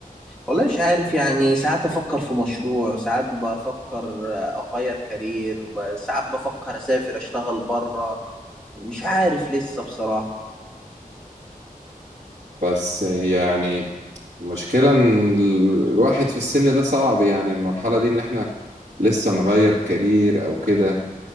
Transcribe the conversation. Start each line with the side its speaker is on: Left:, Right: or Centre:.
Centre: والله مش عارف يعني ساعات افكر في مشروع ساعات بفكر اغير كارير ب- ساعات بفكر اسافر اشتغل بره مش عارف لسه بصراحه
Right: بس هي يعني المشكلة إن ال- الواحد في السن ده صعب يعني المرحلة دي إن إحنا لسه نغير كارير أو كده